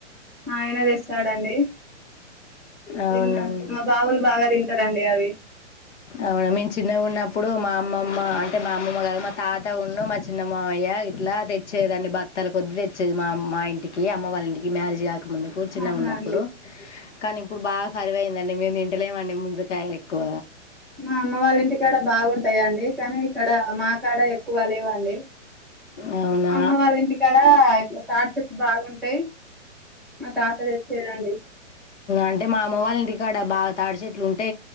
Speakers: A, in the centre; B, on the left.
A: మా ఆయన తెస్తాడండి.
B: అవునండి
A: తిన్నాం మా బాబులు బాగా తింటారండి అవి
B: అవునా మేము చిన్నగా ఉన్నప్పుడు మా అమ్మమ్మ అంటే మా అమ్మమ్మ గారు తాత ఉండు మా చిన్నమామయ్య ఇట్లా తెచ్చేదండి బ తల కొద్ది తెచ్చేది మా మా ఇంటికి కి అమ్మ వాళ్ళింటికి మ్యారేజ్ ముందు కూర్చున్న
A: అవునా
B: ఉన్నప్పుడు
A: అండి
B: కానీ ఇప్పుడు బాగా కరివయింద మీ ఇంటలే అండి ము అద కాయలు ఎక్కువ
A: మా అమ్మ వాళ్ళ ఇంటికాడ బాగుంటాయండి కానీ ఇక్కడ మా కాడ ఎక్కువ లేవండి
B: అవునా
A: అమ్మ వాళ్ళ ఇంటికాడ ఇట్లా తాటి చెట్లు బాగుంటాయి మా తాత తెచ్చేదండి
B: అంటే మా అమ్మ వాళ్ళ కాడ బాగ తాటి చెట్లు ఉంటే